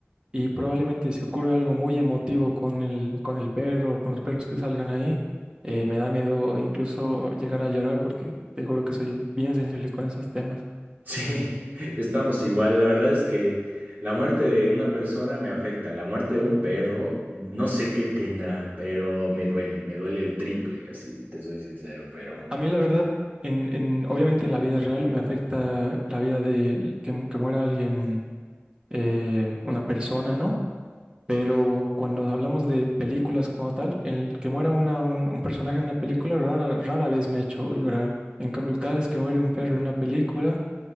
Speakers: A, on the right (about 20°); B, on the right (about 40°).
A: y probablemente si ocurre algo muy emotivo con el, con el perro o con los perros que salgan ahí, eh, me da miedo incluso llegar a llorar porque te juro que soy bien sensible con esos temas.
B: Sí, <laughs> estamos igual. La verdad es que la muerte de una persona me afecta, la muerte de un perro, no sé qué tendrán, pero me duele, me duele el triple, así te soy sincero, pero...
A: A mí la verdad, en, en- obviamente en la vida real me afecta la vida de que, mu- que muera alguien, eh, una persona, ¿no? Pero cuando hablamos de películas como tal, el que muera una- un, un personaje en una película rara, rara vez me ha hecho llorar. En cambio, cada vez que muere un perro en una película,